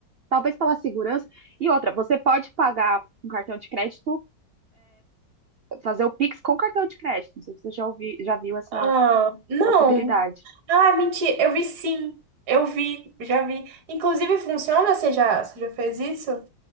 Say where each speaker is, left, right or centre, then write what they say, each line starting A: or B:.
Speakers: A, on the right (about 85°); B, on the right (about 60°).
A: Talvez pela segurança. E outra, você pode pagar com cartão de crédito, fazer o Pix com cartão de crédito. Não sei se você já ouvi, já viu essa
B: Ah, não.
A: possibilidade.
B: Ah, mentira. Eu vi sim. Eu vi, já vi. Inclusive, funciona? Você já, você já fez isso?